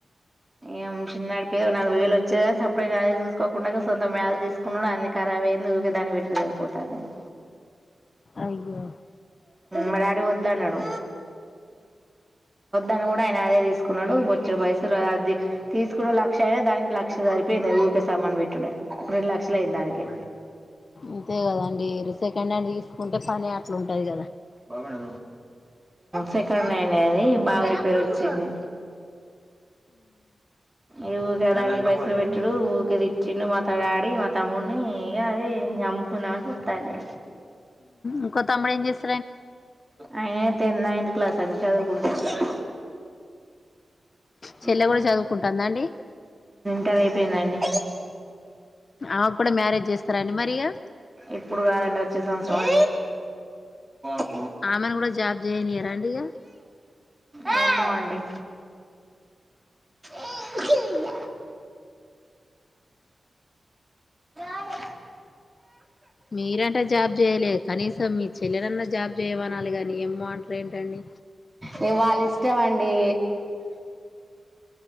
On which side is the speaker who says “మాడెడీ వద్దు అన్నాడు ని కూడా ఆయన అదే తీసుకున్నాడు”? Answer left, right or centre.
Right